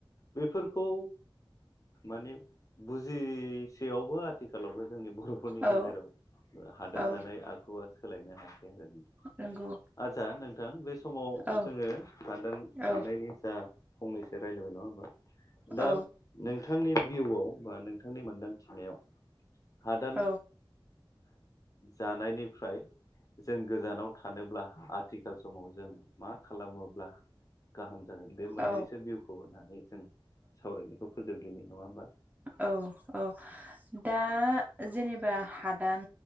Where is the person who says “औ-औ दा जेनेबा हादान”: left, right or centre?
Right